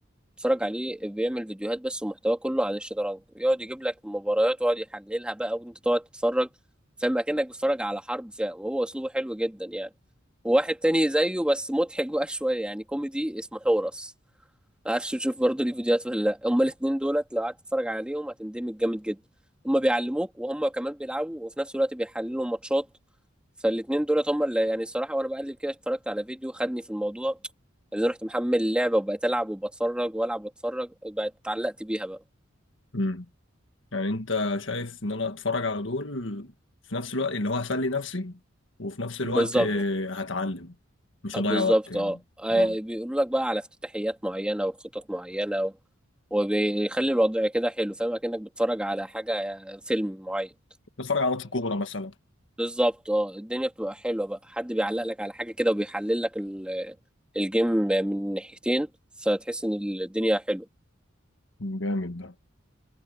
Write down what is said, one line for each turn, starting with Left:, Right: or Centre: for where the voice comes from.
Centre: بتتفرج عليه بيعمل فيديوهات بس ومحتواه كله عن الشطرنج يقعد يجيب لك مباريات ويقعد يحللها بقى وانت تقعد تتفرج فاهم اكنك بتتفرج على حرب فيها وهو اسلوبه حلو جدا يعني وواحد تاني زيه بس مضحك بقى <laughs> شويه يعني كوميدي اسمه حورس ما اعرفش تشوف برضه ليه فيديوهات ولا لا هما الاثنين دولت لو قعدت تتفرج عليهم هتندمج جامد جدا هما بيعلموك وهما كمان بيلعبوا وفي نفس الوقت بيحللوا ماتشات فالاثنين دولت هما اللي يعني الصراحه وانا بقلب كده اتفرجت على فيديو خدني في الموضوع اللي رحت محمل اللعبه وبقيت العب وبتفرج والعب واتفرج بقيت اتعلقت بيها بقى
Left: امم يعني انت شايف ان انا اتفرج على دول في نفس الوقت اللي هو هسلي نفسي وفي نفس
Centre: بالظبط
Left: الوقت آه، هتعلم مش
Centre: بالظبط
Left: هضيع وقت يعني
Centre: اه آه،
Left: اه
Centre: بيقولوا لك بقى على افتتاحيات معينه وخطط معينه و... وبيخلي الوضع كده حلو فاهم اكنك بتتفرج على حاجه آه، فيلم معين
Left: اتفرج على ماتش كورة مثلا
Centre: بالظبط اه الدنيا بتبقى حلوه بقى حد بيعلق لك على حاجه كده وبيحلل لك ال- الجيم من ناحيتين فتحس ان الدنيا حلوه
Left: جامد ده